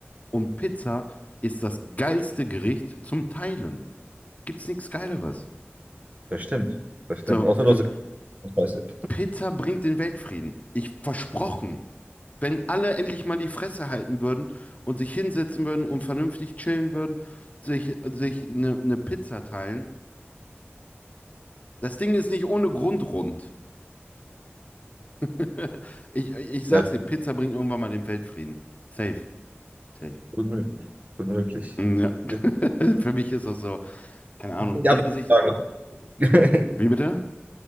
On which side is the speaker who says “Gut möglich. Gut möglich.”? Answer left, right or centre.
Right